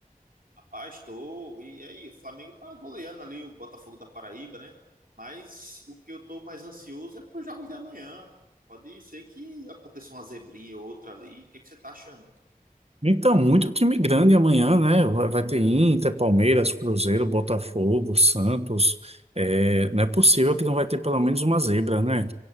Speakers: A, on the right; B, on the right.
A: Rapaz, tô. E aí, o Flamengo tá goleando ali o Botafogo da Paraíba, né? Mas o que eu tô mais ansioso é pros jogos de amanhã. Pode ser que aconteça uma zebrinha ou outra ali. O que é que você tá achando?
B: Então, muito time grande amanhã, né? Vai, vai ter Inter, Palmeiras, Cruzeiro, Botafogo, Santos. É, não é possível que não vai ter pelo menos uma zebra, né?